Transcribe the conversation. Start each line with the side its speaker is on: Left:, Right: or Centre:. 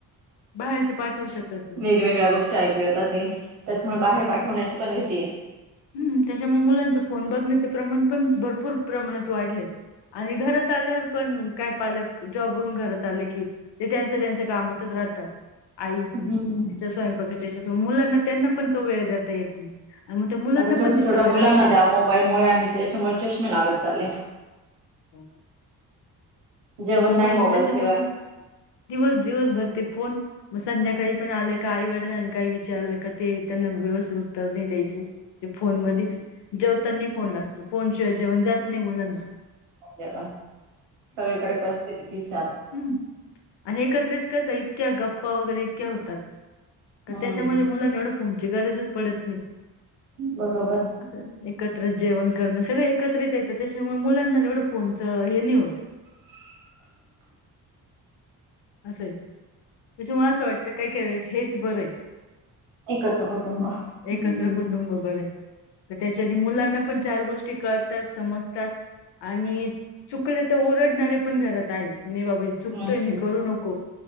Left: बाहेर तर पाठवू शकत नाही.
Right: वेगवेेगळ्या गोष्टी ऐकूयाेत ते त्याच्यामुळे बाहेर पाठवण्याची पण माहितीय
Left: हम्म त्याच्यामुळे मुलांचे फोन बघण्याचे प्रमाण पण भरपूर प्रमाणात वाढले आणि घरात आल्यावर पण काय पालक जॉबवरून घरात आले की ते त्यांच्या त्यांच्या कामातच ात आई
Right: हम्म.
Left: तिच्या स्वयंपाकाच्या हच्यात मुलांना त्यांना पण तो वेळ देता येत नाही मग त्या मुलांना
Right: आता छोट्या
Left: पण ती
Right: छोट्या
Left: सवय
Right: मुलांना
Left: राहत नाही.
Right: द्या मोबाईलमुळे आणि त्याच्यामुळे चष्मे लागत चालले
Left: हो
Right: जेवण
Left: ते मोबाईल
Right: नाही
Left: त्याच्यामध्ये
Right: शिवाय.
Left: दिवस दिवस भरते फोन मग संध्याकाळी पण आले काई वाटल आणि काही विचारलं का ते त्यांना व्यवस्थित उत्तर नाही द्यायची फोन म जेवताना फोन
Right: हं.
Left: लागतो फोनशिवाय जेवण जात नाही मुलांना
Right: जवण सगळीकडे परिस्थिती तीच आहे आता.
Left: हम्म आणि एकत्रित कस इतक्या गप्पा वगैरे इतक्या होतात का
Right: हं.
Left: त्याच्यामध्ये मुलांना एवढं फोनची गरजच पडत नाही
Right: बरोबर
Left: असं एकत्र जेवण करणं सगळ एकत्रित येतं त्याच्यामुळे मुलांना एवढं फोनच हे नाही होत
Right: <inaudible>
Left: असं आहे म्हणजे म असं वाटतं काय काय वेळेस हेच बरं आहे
Right: एकत्र कुटुंब. हं.
Left: एकत्र कुटुंब बरे तर त्याच्या आधी मुलांना पण चार गोष्टी करतात समजतात आणि चुकले तर ओरडणारे पण घरात आहे नाही बाबा हे चुकतोय
Right: हं,
Left: हे
Right: हं.
Left: करू नको